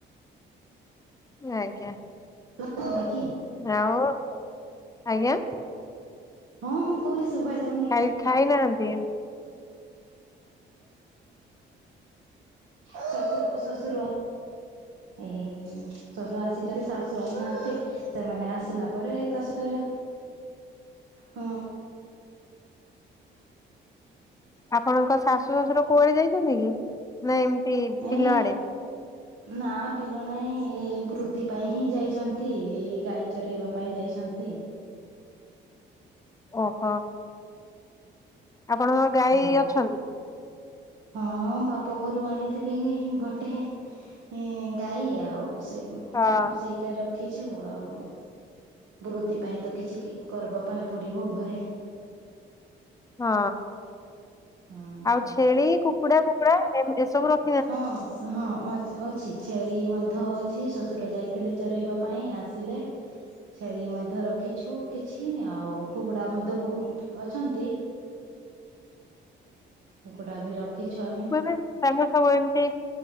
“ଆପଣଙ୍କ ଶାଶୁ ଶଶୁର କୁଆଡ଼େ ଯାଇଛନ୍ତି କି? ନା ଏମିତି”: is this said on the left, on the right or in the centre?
Left